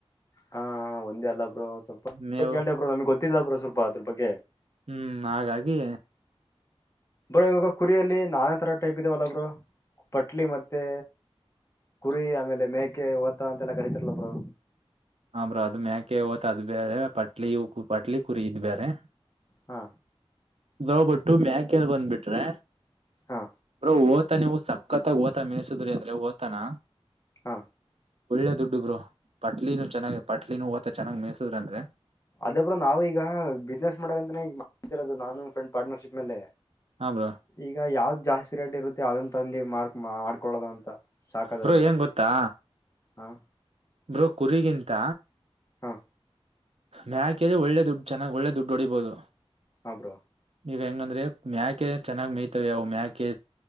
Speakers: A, on the left; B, on the right.
A: ಹಾ ಒಂದೇ ಅಲ್ಲ ಬ್ರೋ ಸ್ವಲ್ಪ
B: ಮೇವು
A: ಕೇಳ್ದ ಬ್ರೋ ನಮ್ಗ್ ಗೊತ್ತಿಲ್ಲ ಬ್ರೋ ಸ್ವಲ್ಪ ಅದ್ರ ಬಗ್ಗೆ
B: ಹ್ಮ್ ಹಾಗಾಗಿ
A: ಬ್ರೋ ಇವಾಗ ಕುರಿಯಲ್ಲಿ ನಾನ ತರ ಟೈಪ್ ಇದಾವಲ್ಲ ಬ್ರು ಪಟ್ಟಿ ಮತ್ತೆ ಕುರಿ ಆಮೇಲೆ ಮೇಕೆ ಓತ ಅಂತೆಲ್ಲ ಕರಿತಿರಲ ಬ್ರೊ
B: ಆ ಬ್ರೊ ಅದು ಮ್ಯಾಕೆ ಓತ ಅದು ಬೇರೆ ಪಟ್ಲಿ ಪಟ್ಲಿ ಕುರಿ ಇದು ಬೇರೆ.
A: ಹಾ
B: ಬ್ರೊ ಬಟ್ಟು ಮ್ಯಾಕೆ ಎಲ್ ಬಂದ್ಬಿಟ್ರೆ
A: ಹಾ
B: ಬ್ರೋ ಓತ ನೀವು ಸಕ್ಕತ್ತಾಗ ಓತ ಓತ ಮೇಯಸುದ್ರಿ ಅಂದ್ರೆ ಓತಾನ
A: ಹಾ
B: ಒಳ್ಳೆ ದುಡ್ಡು ಬ್ರೊ ಪಟ್ಲೂ ಚೆನ್ನಾಗ ಪಟ್ಲ ನೂವತ್ತ ಚೆನ್ನಾಗ್ ಮೇಯಸುದ್ರ ಅಂದ್ರೆ
A: ಅದೊಬ್ರು ನಾವವು ಈಗ ಬಿಸ್ನೆಸ್ ಮಾಡಕ್ಂತಾನೇ ಮಾಡತಿರೋದು ನಾನು ಫ್ರೆಂಡ್ ಪಾರ್ಟ್ನರ್ಶಿಪ್ ಮೇಲೆ
B: ಹಾ ಬ್ರೋ
A: ಈಗ ಯಾವ್ದ್ ಜಾಸ್ತಿ ರೇಟ್ ಇರುತ್ತೆ ಅದನ್ ತಂದು ಮಾಡಕ್ ಮಾಡ ಕೊಳದು ಅಂತ ಸಾಕದ
B: ಬ್ರೋ
A: ಅಂತ
B: ಏನ್ ಗೊತ್ತಾ
A: ಹ
B: ಬ್ರೋ ಕುರಿಗಿಂತ
A: ಹಾ
B: ಮ್ಯಾಕೆಲ್ಲಿ ಒಳ್ಳೆ ದುಡ್ಡು ಚೆನ್ನಾಗ್ ಒಳ್ಳೆ ದುಡ್ಡು ಹೊಡಿಬಹುದು.
A: ಆ ಬ್ರೋ
B: ಈಗ ಹೆಂಗಂದ್ರೆ ಮ್ಯಾಕೆ ಚೆನ್ನಾಗಿ ಮೇಯ್ತವೆ ಅವು ಮ್ಯಾಕೆ